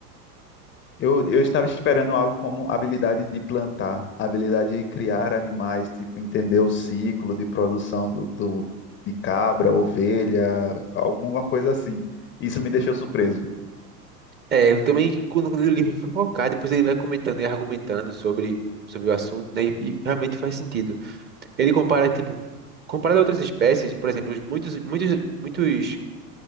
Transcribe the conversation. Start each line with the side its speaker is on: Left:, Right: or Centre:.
Left: Eu, eu estava esperando algo como habilidade de plantar, habilidade de criar animais, tipo entender o ciclo de produção do, do- de cabra, ovelha, alguma coisa assim. Isso me deixou surpreso.
Right: É, eu também, quando quando eu li o livro, fui focar, depois ele vai comentando e argumentando sobre, sobre o assunto, né, e, e realmente faz sentido. Ele compara, tipo, comparado a outras espécies, por exemplo, os muitos, muitos, muitos